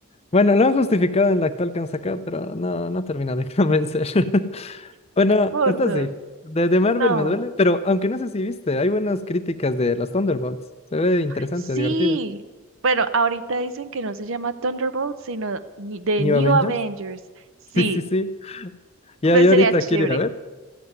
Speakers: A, on the left; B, on the right.
A: Bueno, lo han justificado en la actual que han sacado, pero no, no termina de <laughs> convencer. Bueno,
B: Por
A: esto
B: dos.
A: sí. De, de Marvel
B: No.
A: me duele, pero aunque no sé si viste, hay buenas críticas de las Thunderbolts. Se ve interesante,
B: Sí.
A: divertida.
B: Bueno, ahorita dicen que no se llama Thunderbolt, sino ni- The
A: New
B: New
A: Avengers.
B: Avengers.
A: <laughs>
B: Sí,
A: Sí, sí, sí. Ya,
B: pues
A: yo
B: sería
A: ahorita
B: chévere.
A: quiero ir a ver.